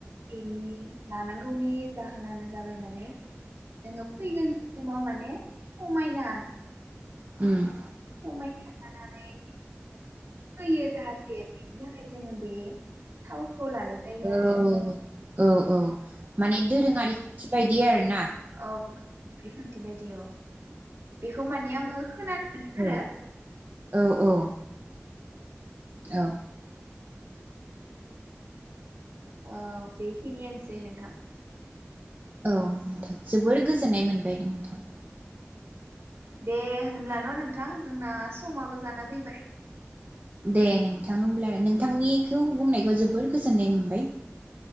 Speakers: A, on the right (about 60°); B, on the right (about 40°).
A: एनि लानांगौनि जाहोनानो जाबाय माने जोंङो फैगोन माव माने समायना
B: ओम ।
A: समायना जानानै फैयो जाहाथे बेनि थाखाय जोङो बे थावखौ खौ लानाय जायो
B: औ
A: आरो ।
B: औ औ । माने दोरोङारि खान्थि बायदि गियान
A: औ रिखान्थि बायदि औ बेखौ माने आङो खोनानो मोनदों आरो।
B: औ औ औ औ
A: औ बेखिनियानोसै नोंथां।
B: औ नोंथां जोबोर गोजोननाय मोनबाय दे नोंथां।
A: दे होनब्ला न' नों थां जोंना समाबो जाना फैबाय।
B: दे नोंथां होमब्ला नोंथांनिखौ बुंनायखौ जोबोर गोजोननाय मोनबाय।